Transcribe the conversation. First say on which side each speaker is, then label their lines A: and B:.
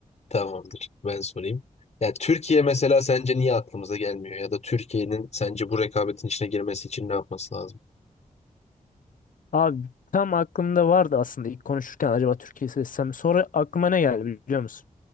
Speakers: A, on the left; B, on the left.
A: Tamamdır ben sorayım. Ya Türkiye mesela sence niye aklımıza gelmiyor? Ya da Türkiye'nin sence bu rekabetin içine girmesi için ne yapması lazım?
B: Abi tam aklımda vardı aslında ilk konuşurken acaba Türkiye'yi seçsem sonra aklıma ne geldi biliyor musun?